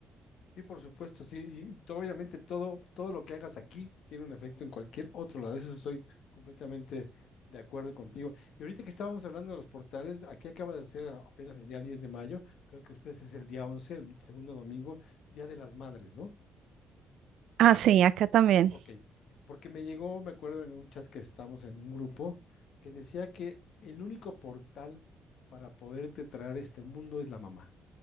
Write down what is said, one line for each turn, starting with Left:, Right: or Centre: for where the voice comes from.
Left: Sí, por supuesto, sí. Y to- obviamente todo, todo lo que hagas aquí tiene un efecto en cualquier otro lado. Eso estoy completamente de acuerdo contigo. Y ahorita que estábamos hablando de los portales, aquí acaba de ser a- apenas el día 10 de mayo, creo que ustedes es el día 11, el segundo domingo, Día de las Madres, ¿no?
Right: Ah, sí, acá también.
Left: Ok, porque me llegó, me acuerdo en un chat que estamos en un grupo, que decía que el único portal para poderte traer a este mundo es la mamá.